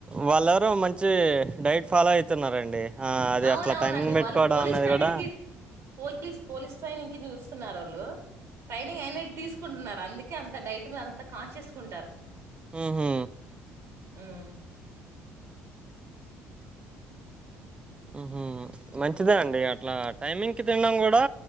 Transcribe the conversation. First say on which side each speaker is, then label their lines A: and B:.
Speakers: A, on the right (about 20°); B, on the right (about 65°).
A: వాళ్ళెవరో మంచి డైట్ ఫాలాయితే. చెతున్నారండి ఆ అది
B: అవునవునండి
A: అట్లా టైమింగ్ పెట్టుకోవడం
B: వాళ్ళు పోలీస్
A: అన్నది
B: ట్రైనింగ్
A: కూడా.
B: కి పోలీస్ పోలీస్ ట్రైనింగ్ చూస్తున్నారు వాళ్ళు. టైనింగ్ అయిన ఇడ్ తీసుకుంటున్నారు అందుకే అంత డైట్ మీద అంత కాన్షియస్ కు ఉంటారు.
A: ఉమ్ హు
B: ఉమ్
A: ఉమ్ హు మంచిదే అండి అట్లా టైమింగ్కి తినడం కూడా